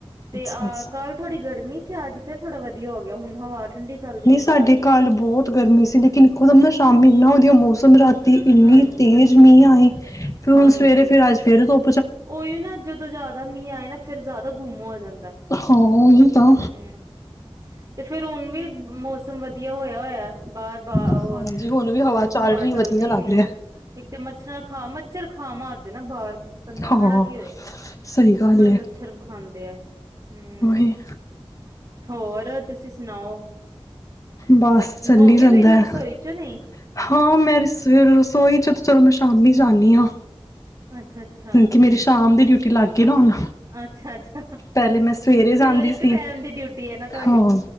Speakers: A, on the right (about 40°); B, on the left (about 35°).
A: ਤੇ
B: ਅੱਛਾ
A: ਆਹ
B: ਅੱਛਾ
A: ਕੱਲ੍ਹ ਥੋੜੀ ਗਰਮੀ ਸੀ, ਅੱਜ ਫਿਰ ਥੋੜ੍ਹਾ ਵਧੀਆ ਹੋ ਗਿਆ ਹੁਣ ਹਵਾ ਠੰਡੀ ਚਲਦੀ
B: ਨਹੀਂ
A: ਵੀ
B: ਸਾਡੇ
A: ਬਾਹਰ
B: ਕੱਲ ਬਹੁਤ ਗਰਮੀ ਸੀ, ਲੇਕਿਨ ਇੱਕੋਦਮ ਨਾ ਸ਼ਾਮ ਇੰਨਾ ਵਧੀਆ ਮੌਸਮ ਰਾਤੀ ਇੰਨੀ
A: ਹਾਂਜੀ
B: ਤੇਜ਼ ਮੀਂਹ ਆਈ ਫਿਰ ਹੁਣ
A: ਹਾਂਜੀ
B: ਸਵੇਰੇ ਫੇਰ ਅੱਜ ਫੇਰ ਤੋਂ
A: ਉਹੀ ਨਾ ਜਦੋਂ ਜ਼ਿਆਦਾ ਮੀਂਹ ਆਏ ਨਾ, ਫੇਰ ਜ਼ਿਆਦਾ ਗੁੰਮ ਹੋ ਜਾਂਦਾ। ਹੂੰ,
B: ਹਾਂ ਉਹੀ ਤਾਂ
A: ਤੇ ਫੇਰ ਹੁਣ ਵੀ, ਮੌਸਮ ਵਧੀਆ ਹੋਇਆ ਹੋਇਆ। ਬਾਰ, ਬ
B: ਹਾਂਜੀ
A: ਉਹ
B: ਹੁਣ ਵੀ ਚੱਲ
A: ਹਵਾ
B: ਰਹੀ
A: ਚੱਲਦੀ
B: ਵਧੀਆ ਲੱਗ
A: ਵੀ ਹੈ
B: ਰਿਹਾ
A: ਇੱਕ ਤੇ ਮੱਛਰਾਂ ਖਾ ਮੱਛਰ ਖਾ ਮਾਰਦੇ ਨਾ ਬਾਹਰ ਬੰਦਾ
B: ਹਾਂ
A: ਖੜਾ ਕੀ ਹੋਏ
B: ਸਹੀ ਗੱਲ
A: ਬੜੇ
B: ਹੈ
A: ਮੱਛਰ ਖਾਂਦੇ ਆ ਹਮ
B: ਉਹੀ
A: ਹੋਰ ਤੁਸੀਂ ਸੁਣਾਓ
B: ਬਸ ਚਲੀ
A: ਹੋ ਗਏ
B: ਜਾਂਦਾ
A: ਵੇਲੇ ਰਸੋਈ
B: ਹੈ
A: ਚੋਂ ਨਹੀਂ
B: ਹਾਂ ਮੈਂ ਫਿਰ ਰਸੋਈ ਚ ਚਲੋ ਮੈਂ ਸ਼ਾਮੀ ਜਾਂਦੀ ਹਾਂ
A: ਅੱਛਾ ਅੱਛਾ
B: ਕ ਮੇਰੀ ਸ਼ਾਮ ਦੀ ਡਿਊਟੀ ਕਿ ਲੱਗ ਗਈ ਨਾ ਹੁਣ
A: ਅੱਛਾ ਅੱਛਾ
B: ਪਹਿਲੇ ਮੈਂ ਸਵੇਰੇ ਜਾਂਦੀ
A: ਚਲੋ ਇੱਕ
B: ਸੀ
A: ਟਾਈਮ ਦੀ ਡਿਊਟੀ ਹੈ ਨਾ ਤੁਹਾਡੀ
B: ਹਾਂ